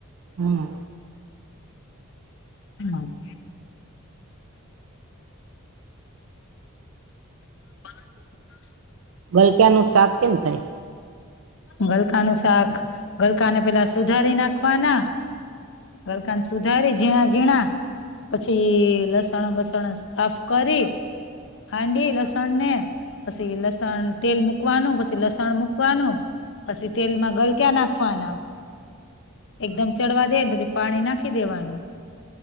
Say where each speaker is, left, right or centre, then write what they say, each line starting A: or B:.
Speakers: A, on the right; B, on the left.
A: હમ્મ
B: <unintelligible> <unintelligible>
A: બલક્યા ન શાક કેમ થાય?
B: ગલકા નું શાક ગલકા ને પેલા સુધારી નાખવાના. વરકાન સુધારે ઝીણા ઝીણા. પછી લસણ બસણ સાફ કરી. ખાંડી લસણ ને, પછી લસણ તેલ મુકવાનું પછી લસણ મક મૂકવાનું, પછી તેલમાં ગલક્યા નાખવાના. એકદમ ચડવા દે ને પછી પાણી નાખી દેવાનું.